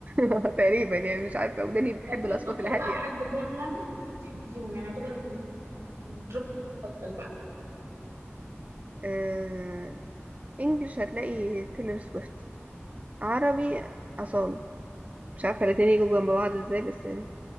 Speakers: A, on the right; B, on the right.
A: <laughs> تقريبا يعني مش عارفة وداني بتحب
B: طب مين
A: الأصوات
B: أكتر
A: الهادية
B: بقى حد فعلا أنت بتحبي فيهم يعني يعتبر م- مطربك المفضل بقى
A: آه... إنجلش هتلاقي تيلر سويفت عربي أصالة مش عارفة الاتنين يجوا جنب بعض إزاي بس يعني